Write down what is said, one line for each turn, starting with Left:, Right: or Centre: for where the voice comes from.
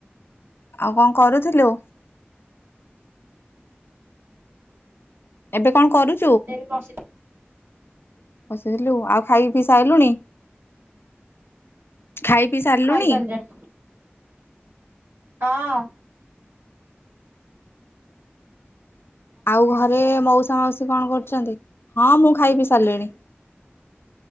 Left: ଆଉ କଁ କରୁଥିଲୁ? ଏବେ କଣ କରୁ
Right: ଏରି ବସି
Left: ବସିଥିଲୁ। ଆଉ ଖାଇ ପିଇ ସାଇଲୁଣି? ଖାଇ ପିଇ ସାରଲୁଣି?
Right: ଖାଇସାରିଲେଣି ହଁ।
Left: ଆଉ ଘରେ ମଉସା ମାଉସୀ କଣ କରୁଚନ୍ତି? ହଁ ମୁଁ ଖାଇ ପିଊ ସାରଲିଣି।